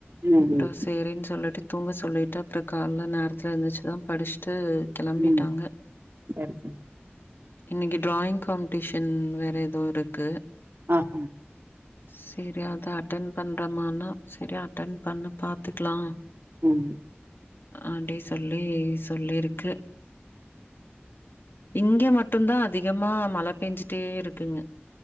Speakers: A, on the right; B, on the left.
A: ம்
B: அப்றோ
A: ம்
B: சேரின் சொல்லிட்டு தூங்க சொல்லிட்டு அப்ற கால்ல நேரத்துல எந்திச்சுதா படிச்ட்டு கெளம்பிட்டாங்க
A: ம் சரி சரி
B: இன்னைக்கு டிராயிங் காம்படிஷன் வேற ஏதோ இருக்கு
A: ஆஹ
B: சரி அத அட்டன் பண்றமானா சரி அட்டன் பண்ணு பாத்துக்கலா
A: ம்
B: அடி சொல்லி சொல்லிருக்கு இங்க மட்டுந்தா அதிகமா மழ பெஞ்சுட்டே இருக்குங்க